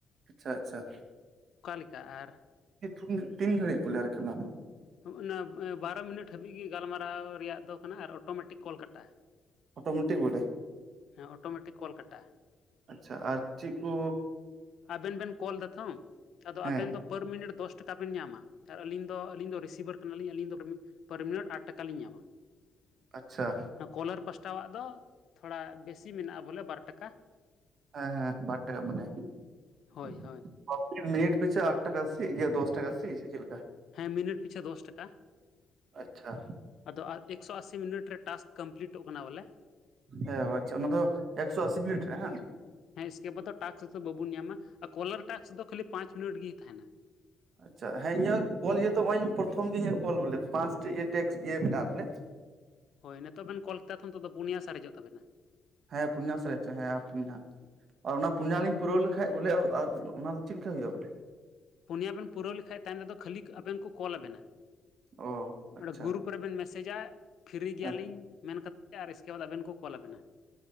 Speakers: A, on the right; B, on the left.
A: ᱟᱪᱪᱷᱟ ᱟᱪᱪᱷᱟ
B: ᱞᱮᱠᱟ ᱟᱨ
A: <unintelligible> ᱛᱤᱱ ᱜᱷᱟᱹᱲᱤᱜ ᱵᱚᱞᱮ ᱟᱨ ᱠᱤ ᱚᱱᱟ ᱫᱚ?
B: ᱦᱚᱸᱜ-ᱚᱱᱟ ᱵᱟᱨᱚ ᱢᱤᱱᱤᱴ ᱦᱟᱹᱵᱤᱡ ᱜᱮ ᱜᱟᱞᱢᱟᱨᱟᱣ ᱨᱮᱭᱟᱜ ᱫᱚ ᱠᱟᱱᱟ ᱟᱨ ᱚᱴᱳᱢᱮᱴᱤᱠ ᱠᱚᱞ ᱠᱟᱴᱟᱜᱼᱟ ᱾
A: ᱚᱴᱳᱢᱮᱴᱤᱠ ᱵᱚᱞᱮ
B: ᱦᱮᱸ ᱚᱴᱳᱢᱮᱴᱤᱠ ᱠᱚᱞ ᱠᱟᱴᱟᱜᱼᱟ ᱾
A: ᱟᱪᱪᱷᱟ ᱟᱨ ᱪᱮᱫ ᱠᱩ
B: ᱟᱵᱮᱱ ᱵᱮᱱ ᱠᱚᱞ ᱫᱟᱛᱷᱚ ᱟᱫᱚ
A: ᱦᱮᱸ
B: ᱟᱵᱮᱱ ᱫᱚ ᱯᱟᱨ ᱢᱤᱱᱤᱴ ᱫᱚᱥ ᱴᱟᱠᱟ ᱵᱮᱱ ᱧᱟᱢᱟ ᱟᱨ ᱟᱹᱞᱤᱧ ᱫᱚ ᱟᱹᱞᱤᱧ ᱫᱚ ᱨᱤᱥᱤᱵᱷᱟᱨ ᱠᱟᱱᱟ ᱞᱤᱧ ᱟᱹᱞᱤᱧ ᱫᱚ ᱯᱟᱨ ᱢᱤᱱᱤᱴ ᱟᱴ ᱴᱟᱠᱟ ᱞᱤᱧ ᱧᱟᱢᱟ ᱾
A: ᱟᱪᱪᱷᱟ ᱾
B: ᱚᱱᱟ ᱠᱚᱞᱟᱨ ᱯᱟᱥᱴᱟᱣᱟᱜ ᱫᱚ ᱛᱷᱚᱲᱟ ᱵᱮᱥᱤ ᱢᱮᱱᱟᱜᱼᱟ ᱵᱚᱞᱮ ᱵᱟᱨ ᱴᱟᱠᱟ ᱾
A: ᱦᱮᱸ ᱦᱮᱸ ᱵᱟᱨ ᱴᱟᱠᱟ ᱢᱟᱱᱮ
B: ᱦᱳᱭ
A: <inaudible>
B: ᱦᱳᱭ
A: ᱢᱤᱱᱤᱴ ᱯᱤᱪᱷᱟᱹ ᱟᱴ ᱴᱟᱠᱟ ᱥᱤ ᱜᱮ ᱫᱚᱥ ᱴᱟᱠᱟ ᱥᱤ ᱪᱮᱫ ᱞᱮᱠᱟ?
B: ᱦᱮᱸ ᱢᱤᱱᱤᱴ ᱯᱤᱪᱷᱟᱹ ᱫᱚᱥ ᱴᱟᱠᱟ ᱾
A: ᱟᱪᱪᱷᱟ
B: ᱟᱫᱚ ᱮᱠᱥᱚ ᱟᱥᱤ ᱢᱤᱱᱤᱴ ᱨᱮ ᱴᱟᱥᱠ ᱠᱚᱢᱯᱞᱤᱴᱚᱜ ᱠᱟᱱᱟ ᱵᱚᱞᱮ ᱾
A: ᱦᱮ ᱚ ᱟᱪᱪᱷᱟ ᱚᱱᱟ ᱫᱚ ᱮᱠᱥᱚ ᱟᱥᱤ ᱢᱤᱞᱤᱴ ᱨᱮ ᱦᱟᱝ?
B: ᱦᱮᱸ ᱮᱥᱠᱮ ᱵᱟᱫ ᱴᱟᱥᱠᱥ ᱵᱟᱵᱚᱱ ᱧᱟᱢᱟ ᱟᱨ ᱠᱚᱞᱟᱨ ᱴᱟᱥᱠᱥ ᱫᱚ ᱠᱷᱟᱹᱞᱤ ᱯᱟᱸᱪ ᱢᱤᱱᱤᱴ ᱜᱮ ᱛᱟᱦᱮᱱᱟ ᱾
A: ᱟᱪᱪᱷᱟ ᱦᱮᱸ ᱤᱧᱟᱹᱜ ᱠᱚᱞ ᱤᱭᱟᱹ ᱛᱚ ᱦᱚᱜᱼᱚᱭ ᱯᱨᱚᱛᱷᱚᱢ ᱜᱮᱧ ᱠᱚᱞ ᱵᱚᱞᱮ ᱯᱟᱥᱴᱤ ᱤᱭᱟᱹ ᱴᱮᱠᱥ ᱤᱭᱟᱹ ᱢᱮᱱᱟᱜᱼᱟ ᱯᱟᱞᱮ ᱾
B: ᱦᱳᱭ ᱱᱤᱛᱚᱜ ᱵᱮᱱ ᱠᱚᱞ ᱠᱮᱫᱟ ᱛᱷᱚ ᱱᱤᱛᱚᱜ ᱫᱚ ᱯᱩᱱᱭᱟ ᱥᱟᱨᱮᱡᱚᱜ ᱛᱟᱵᱮᱱᱟ ᱾
A: ᱦᱮᱸ ᱯᱩᱱᱭᱟ ᱥᱟᱨᱮᱡᱚᱜ, ᱦᱮᱸ ᱯᱩᱱᱭᱟ ᱾ ᱟᱨ ᱚᱱᱟ ᱯᱩᱱᱭᱟᱞᱤᱧ ᱯᱩᱨᱟᱹᱣ ᱞᱮᱠᱷᱟᱡ ᱵᱚᱞᱮ ᱟᱨ ᱚᱱᱟ ᱚᱱᱟ ᱫᱚ ᱪᱮᱫ ᱞᱮᱠᱟ ᱦᱩᱭᱩᱜᱼᱟ ᱵᱚᱞᱮ?
B: ᱯᱩᱱᱭᱟ ᱵᱮᱱ ᱯᱩᱨᱟᱹᱣ ᱞᱮᱠᱷᱟᱡ ᱛᱟᱭᱚᱢ ᱛᱮᱫᱚ ᱠᱷᱟᱹᱞᱤ ᱟᱵᱮᱱ ᱠᱚ ᱠᱚᱞ ᱟᱵᱮᱱᱟ,
A: ᱚ
B: ᱚᱸᱰᱮ
A: ᱟᱪᱪᱷᱟ
B: ᱜᱩᱨᱩᱯ ᱛᱟᱨᱯᱟᱨᱮ ᱵᱮᱱ ᱢᱮᱥᱮᱡᱟ ᱯᱷᱤᱨᱤ ᱜᱮᱭᱟᱞᱤᱧ
A: ᱦᱮᱸ
B: ᱢᱮᱱ ᱠᱟᱛᱮᱫ ᱟᱨ ᱤᱥᱠᱮ ᱵᱟᱫᱽ ᱟᱵᱮᱱ ᱠᱚ ᱠᱚᱞ ᱟᱵᱮᱱᱟ ᱾